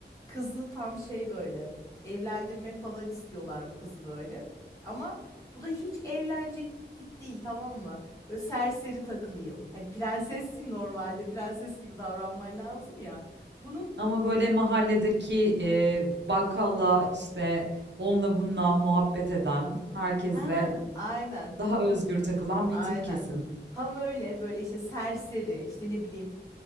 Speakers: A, on the left; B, on the right.
A: Kızı tam şey böyle evlendirmek falan istiyorlar bu kızı böyle. Ama bu da hiç evlenecek bir tip değil tamam mı? Böyle serseri takılayım. Hani prensessin normalde prenses gibi davranman lazım ya. Bunun
B: Ama böyle mahalledeki e, bakkalla işte onunla bununla muhabbet eden, herkesle
A: ah aynen
B: daha
A: ta-
B: özgür takılan bir
A: aynen
B: tip kesin.
A: tam öyle böyle işte serseri işte ne bileyim